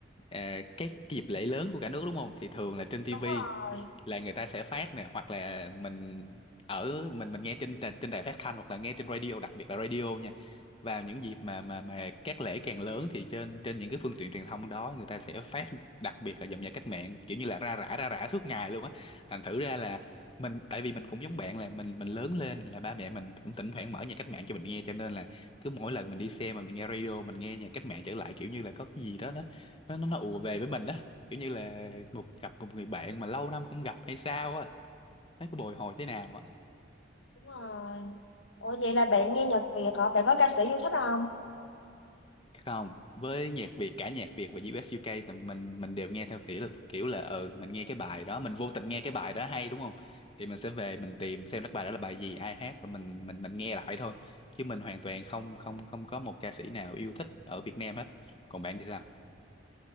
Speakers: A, on the left; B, on the left.
A: à, các cái dịp lễ lớn của cả nước đúng không thì thường là trên tivi
B: đúng rồi
A: là người ta sẽ phát nè hoặc là mình ở mình mình nghe trên tà- trên đài phát thanh hoặc là nghe trên radio đặc biệt là radio nha vào những dịp mà mà mà các lễ càng lớn thì trên trên những cái phương tiện truyền thông đó người ta sẽ phát đặc biệt là dòng nhạc cách mạng kiểu như là ra rã ra rã suốt ngày luôn á thành thử ra là mình tại vì mình cũng giống bạn là mình mình lớn lên là ba mẹ mình cũng thỉnh thoảng mở nhạc cách mạng cho mình nghe cho nên là cứ mỗi lần mình đi xe mà mình nghe radio mình nghe nhạc cách mạng trở lại kiểu như là có cái gì đó nó nó nó, nó ùa về với mình đó kiểu như là một gặp một người bạn mà lâu năm không gặp hay sao á thấy có bồi hồi thế nào á
B: đúng rồi ủa vậy là bạn nghe nhạc Việt hả bạn có ca sĩ yêu thích không
A: không với nhạc Việt cả nhạc Việt và US UK thì mình mình đều nghe theo kiểu kiểu là ừ mình nghe cái bài đó mình vô tình nghe cái bài đó hay đúng không thì mình sẽ về mình tìm xem cái bài đó là bài gì ai hát rồi mình mình mình nghe lại thôi chứ mình hoàn toàn không không không có một ca sĩ nào yêu thích ở Việt Nam hết còn bạn thì sao